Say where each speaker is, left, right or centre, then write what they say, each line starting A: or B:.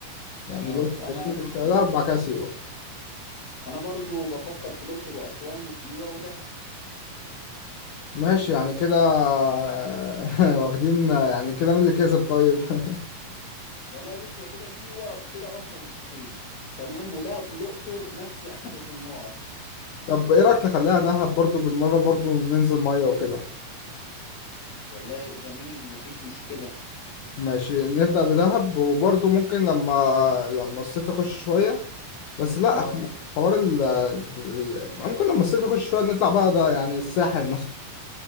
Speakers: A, on the left; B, on the left.
A: يعني
B: اه
A: الأقصر وأسوان
B: انا
A: بعد كده
B: انا
A: دهب بعد كده سيوة
B: انا برضو بفكر في الاقصر واسوان وسيوه ودهب
A: ماشي يعني كده آه، <laughs> واخدين آه، يعني كده مين اللي كسب طيب <laughs>
B: والله بص هي كده سيوه كده واخده نقطتين تمام ودهب والاقصر نفس <laughs> عدد النقط
A: طب ايه رأيك نخليها دهب برضو بالمرة برضو ننزل مية وكده
B: والله جميل مفيش مشكله
A: ماشي نبدأ بدهب وبرضو ممكن لما لما الصيف يخش شوية بس لا
B: اه
A: إحنا حوار ال ال- ممكن لما الصيف يخش شوية نطلع بقى ده يعني الساحل مثلا